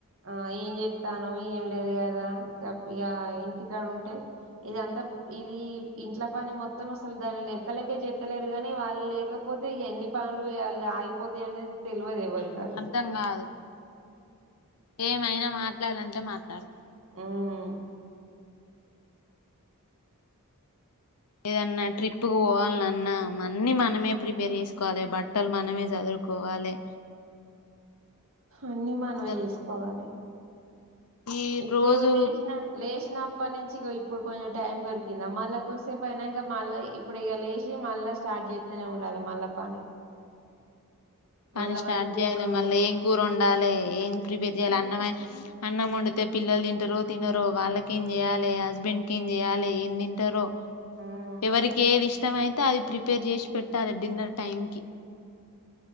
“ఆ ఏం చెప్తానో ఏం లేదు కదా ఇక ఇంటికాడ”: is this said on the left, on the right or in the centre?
Right